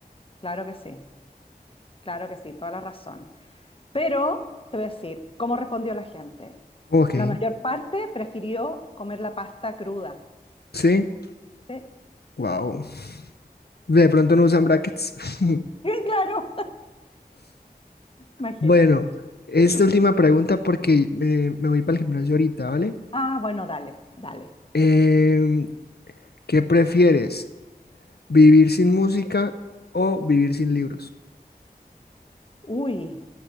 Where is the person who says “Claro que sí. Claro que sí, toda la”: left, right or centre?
Left